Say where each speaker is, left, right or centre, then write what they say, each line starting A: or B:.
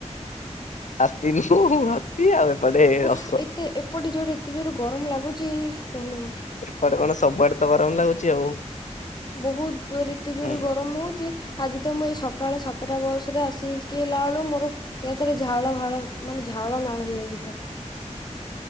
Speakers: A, on the left (about 80°); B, on the left (about 35°).
A: ହାତୀ ନୁଁ ହସ୍ତୀ ଆଉ ଏପଟେ
B: ଓ
A: ହସ
B: ଏତେ ଏପଟେ ଜୋର ଏତେ ଜୋର ଗରମ ଲାଗୁଛି କୁହନି କୁହନି।
A: ଏପଟେ କଣ ସବୁଆଡେ ତ ଗରମ ଲାଗୁଛି ଆଉ।
B: ବହୁତ୍ ଜୋରେ ଏତେ ଜୋରରେ
A: ହୁଁ
B: ଗରମ ହଉଛି। ଆଜି ତ ମୁଁ ଏଇ ସକାଳ ସାତଟା ବସ୍ ରେ ଆସିକି ହେଲା ବେଳୁ ମୋର ଏକାଥରେ ଝାଳ ଫାଳ ଝାଳ ନାଳ ହେଇଯାଇଛି ପୁରା।